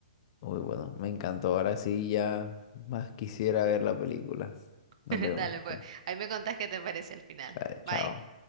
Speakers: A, on the left; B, on the right.
A: Muy bueno, me encantó. Ahora sí ya más quisiera ver la película.
B: <laughs>
A: Nos vemos.
B: Dale,
A: entonces.
B: pues, ahí me contás qué te parece al final.
A: Dale,
B: Bye.
A: chao.